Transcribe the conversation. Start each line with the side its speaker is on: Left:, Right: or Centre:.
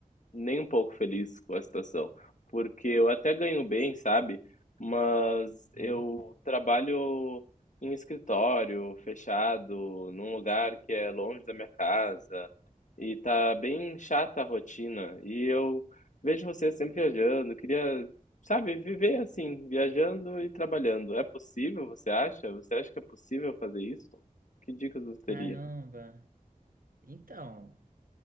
Left: nem um pouco feliz com a situação, porque eu até ganho bem, sabe? Mas eu
Right: Hum?
Left: trabalho em escritório, fechado, num lugar que é longe da minha casa, e tá bem chata a rotina. E eu vejo você sempre viajando, queria, sabe, viver assim, viajando e trabalhando. É possível, você acha? Você acha que é possível fazer isso? Que dicas você teria?
Right: Caramba! Então,